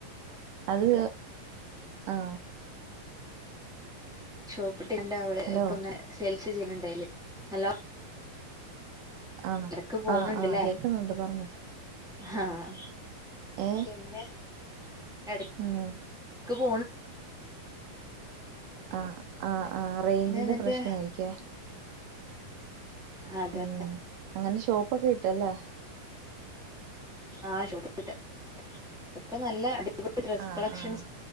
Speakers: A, on the right (about 75°); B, in the centre.
A: അത് ആഹ്
B: ഷോപ്പ് ഇട്ടിണ്ട് അവള്
A: ഹലോ
B: ഇപ്പ ഇങ്ങനെ സെൽസ് ചെയ്യുന്നുണ്ടായില് ഹലോ
A: ആണോ
B: ഇടക്ക് പോണ്
A: ആഹ്
B: ണ്ട്ല്ലേ
A: ആഹ് കേക്കുന്നുണ്ട് പറഞ്ഞോ
B: ആഹ്
A: ഏഹ്
B: പിന്നെ എട
A: ഉം
B: ക്ക് <inaudible>
A: ആഹ് ആ ആ റേഞ്ചിന്റെ
B: പിന്നെ എന്നിട്ട്
A: പ്രശ്ന ആയിരിക്കേ
B: അതെ
A: ഉം അങ്ങനെ ഷോപ്പൊക്കെ ഇട്ടല്ലേ
B: ആഹ് ഷോപ്പ്ട്ട് ഇപ്പൊ നല്ല അടിപൊള ഡ്രസ്
A: ആഹ്
B: കളക്ഷൻസ്
A: ആഹ്